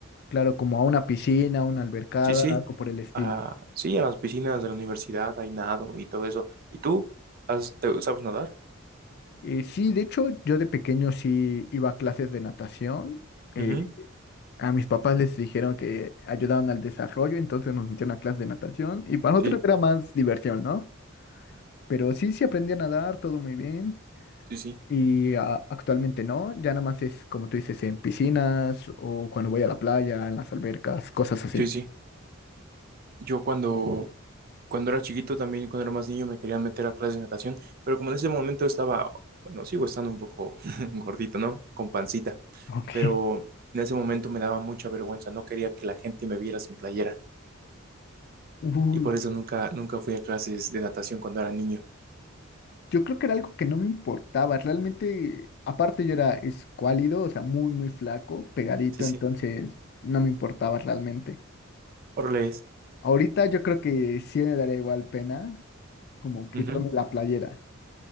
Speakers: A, on the left; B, on the right.
A: Claro, como a una piscina, una albercada,
B: Sí, sí.
A: algo por el estilo.
B: Ah, sí, a las piscinas de la universidad hay nado y todo eso. ¿Y tú? ¿Has- te- sabes nadar?
A: Eh, sí, de hecho, yo de pequeño sí iba a clases de natación. Eh,
B: Ujú.
A: a mis papás les dijeron que ayudaban al desarrollo, entonces nos metieron a clases de natación y para nosotros
B: Sí,
A: era más diversión, ¿no? Pero sí, sí aprendí a nadar, todo muy bien.
B: sí, sí.
A: Y a- actualmente no, ya nada más es como tú dices, en piscinas o cuando voy a la playa, en las albercas, cosas así.
B: Sí, sí. Yo cuando, Cuando era chiquito también, cuando era más niño, me querían meter a clases de natación, pero como en ese momento estaba, bueno, sigo estando un poco <laughs> gordito, ¿no? Con pancita,
A: Ok.
B: pero en ese momento me daba mucha vergüenza, no quería que la gente me viera sin playera
A: Uy,
B: y por eso nunca, nunca fui a clases de natación cuando era niño.
A: yo creo que era algo que no me importaba, realmente, aparte yo era escuálido, o sea, muy, muy flaco, pegadito,
B: Sí, sí,
A: entonces no me importaba realmente.
B: órale es.
A: Ahorita yo creo que sí me daría igual pena como quitarme
B: Ujú.
A: la playera.